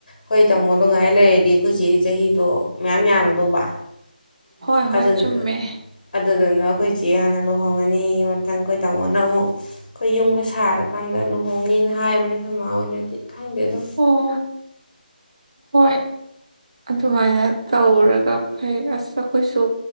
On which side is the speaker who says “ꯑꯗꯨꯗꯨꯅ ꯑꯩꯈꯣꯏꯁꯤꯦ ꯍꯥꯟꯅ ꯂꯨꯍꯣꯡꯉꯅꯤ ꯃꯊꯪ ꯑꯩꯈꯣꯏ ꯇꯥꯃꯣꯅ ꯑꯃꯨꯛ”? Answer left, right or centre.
Left